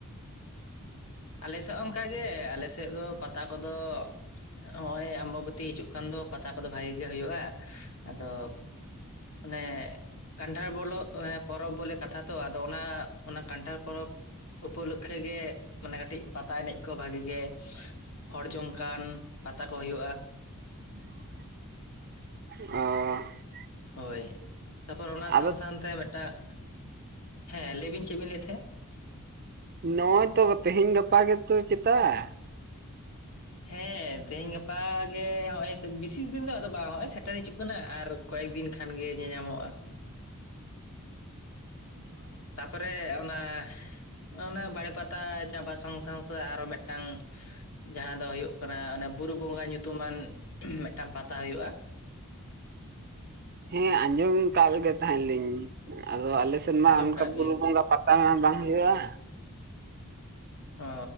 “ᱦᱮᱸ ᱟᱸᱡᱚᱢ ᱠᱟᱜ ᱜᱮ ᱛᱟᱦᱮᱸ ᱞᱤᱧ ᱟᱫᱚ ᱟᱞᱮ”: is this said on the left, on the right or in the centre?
Right